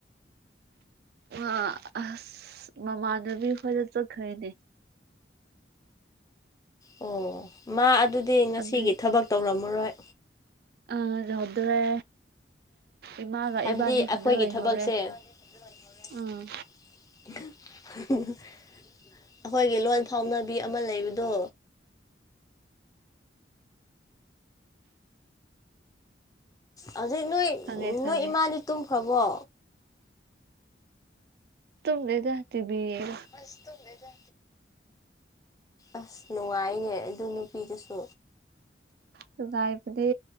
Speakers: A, on the right; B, on the left.
A: ꯑ ꯑꯁ ꯃꯃꯥꯟꯅꯕꯤ ꯈꯣꯏꯗ ꯆꯠꯈ꯭ꯔꯩꯅꯦ
B: ꯑꯣ ꯃꯥ ꯑꯗꯨꯗꯤ ꯉꯁꯤꯒꯤ
A: ꯑꯗꯨꯏ
B: ꯊꯕꯛ ꯇꯧꯔꯝꯃꯔꯣꯏ
A: ꯑ ꯂꯩꯍꯧꯗ꯭ꯔꯦ ꯏꯃꯥꯒ
B: ꯍꯥꯏꯕꯗꯤ
A: ꯏꯕꯥꯅꯤ ꯈꯛꯇ
B: ꯑꯩꯈꯣꯏꯒꯤ
A: ꯂꯩꯍꯧꯔꯦ
B: ꯊꯕꯛꯁꯦ <inaudible>
A: ꯎꯝ
B: ꯑꯩꯈꯣꯏꯒꯤ ꯂꯣꯟ ꯐꯥꯎꯅꯕꯤ ꯑꯃ ꯂꯩꯕꯗꯣ ꯍꯧꯖꯤꯛ ꯅꯣꯏ
A: ꯈꯪꯉꯦ ꯈꯪꯉꯦ
B: ꯅꯣꯏ ꯏꯃꯥꯅꯤ ꯇꯨꯝꯈ꯭ꯔꯕꯣ
A: ꯇꯨꯝꯗꯦꯗ ꯇꯕꯤ ꯌꯦꯡ ꯉꯥꯒ
B: ꯑꯁ ꯇꯨꯝꯗꯦꯗ ꯑꯁ ꯅꯨꯡꯉꯥꯏꯌꯦꯅꯦ ꯑꯗꯨ ꯅꯨꯄꯤꯗꯨꯁꯨ
A: ꯅꯨꯡꯉꯥꯏꯕꯅꯦ